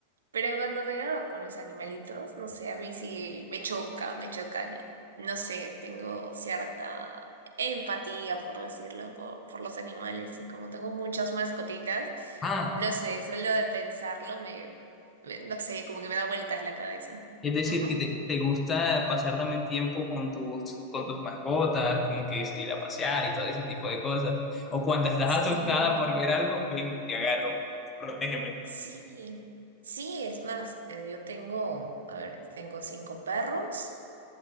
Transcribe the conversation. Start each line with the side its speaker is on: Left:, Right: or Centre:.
Right: Pero cuando veo con los animalitos, no sé, a mí sí me choca, me choca, ¿no? No sé, tengo cierta empatía, por decirlo, por, por los animales y como tengo muchas mascotitas,
Left: Ah,
Right: no sé, solo de pensarlo me, me- no sé, como que me da vueltas la cabeza.
Left: es decir,
Right: Ujú.
Left: que te, te gusta pasar también tiempo con tus, con tus mascotas, como que salir a pasear y todo ese tipo de cosas. O cuando estás
Right: Sí,
Left: asustada por ver algo, ven, te agarro, protégeme.
Right: sí, sí, es más, eh, yo tengo, a ver, tengo cinco perros.